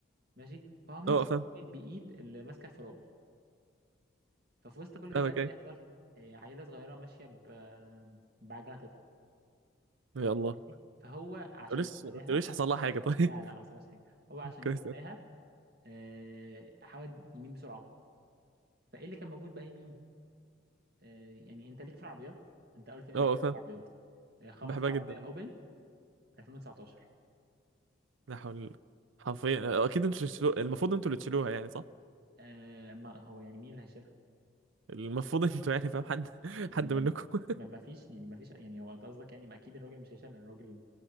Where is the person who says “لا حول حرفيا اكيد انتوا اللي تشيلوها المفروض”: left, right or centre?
Right